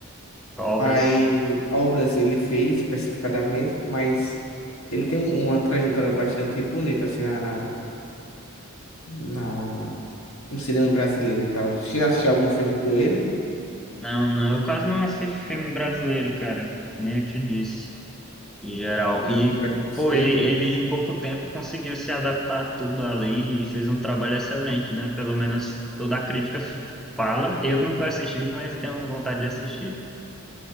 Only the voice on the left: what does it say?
quais obras ele fez especificadamente, mas ele tem uma trajetória bastante bonita, assim, na, na, na- no cinema brasileiro e tal. Se assistir algum filme com ele,
algum
preconceito,